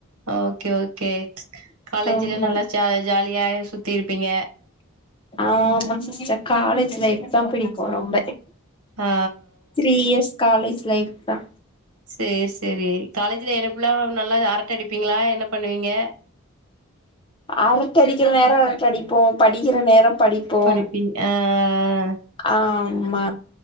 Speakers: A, on the right; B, on the left.
A: ஆ ஓகே ஓகே காலேஜ்ல
B: ஆமா
A: நல்லா ஜ ஜாலியா சுத்தி இருப்பீங்க
B: ஆமா சிஸ்டர் காலேஜ் லைஃப்தா பிடிக்கு ரொம்ப
A: ஆ
B: த்ரீ இயர்ஸ் காலேஜ் லைஃப் தா
A: சேர் சேர் காலேஜ்ல எறப்புலா நல்லா அரட்ட அடிப்பீங்களா என்ன பண்ணுவீங்க
B: அரட்ட அடிக்கிற நேரோ அரட்ட அடிப்போ படிக்கிற நேரோ படிப்போம்
A: படிப்பீங் ஆ
B: ஆமா